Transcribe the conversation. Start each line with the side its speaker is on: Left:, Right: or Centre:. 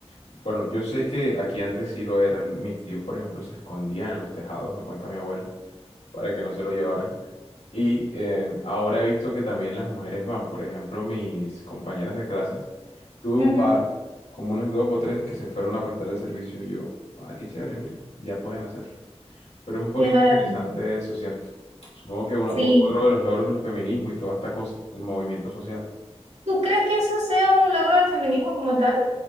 Left: Bueno, yo sé que aquí antes sí lo era. Mis tíos, por ejemplo, se escondían en los tejados, me cuenta mi abuela, para que no se lo llevaran. Y eh, ahora he visto que también las mujeres van, por ejemplo, mis compañeras de clases, tuve
Right: Ujú,
Left: un par, como unas dos o tres que se fueron a prestar el servicio y yo, ay, qué chévere, mira, ya pueden hacerlo. Pero es un poquito
Right: Qué maravilla.
Left: interesante eso, ¿cierto? Supongo que uno-
Right: Sí.
Left: o- otro de los logros del feminismo y toda esta cosa, del movimiento social.
Right: ¿Tú crees que eso sea un logro del feminismo como tal?